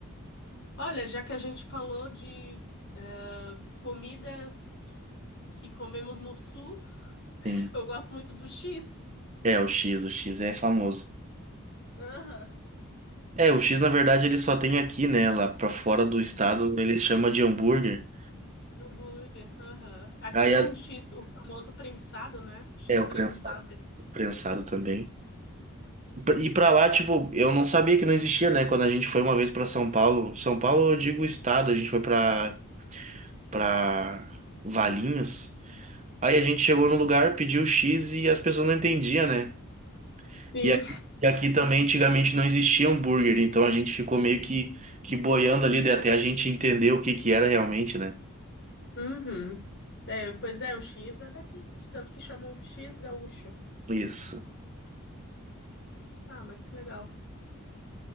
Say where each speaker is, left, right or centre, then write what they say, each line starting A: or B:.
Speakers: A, on the left; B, on the right.
A: Olha, já que a gente falou de eh, comidas que que comemos no sul, <laughs>
B: Sim.
A: eu gosto muito do X.
B: É, o X, o X é famoso.
A: Aham.
B: É, o X na verdade ele só tem aqui, né? Lá pra fora do estado
A: Sim.
B: ele chama de hambúrguer.
A: Hambúrguer. Aham. Aqui
B: Aí
A: é
B: a-
A: o X, o famoso prensado, né? X
B: é o
A: prensado.
B: prensado, prensado também.
A: Uhum.
B: E pra lá, tipo, eu não sabia que não existia, né? Quando a gente foi uma vez pra São Paulo, São Paulo, eu digo estado, a gente foi pra para Valinhos. Aí a gente chegou no lugar, pediu X e as pessoas não entendiam, né?
A: Sim.
B: E aqui, e aqui também antigamente não existia hambúrguer, então a gente ficou meio que, que boiando ali né, até a gente entender o que que era realmente, né?
A: Uhum. É, pois é, o X é daqui, tanto que chamam X gaúcho.
B: Isso.
A: Ah, mas que legal.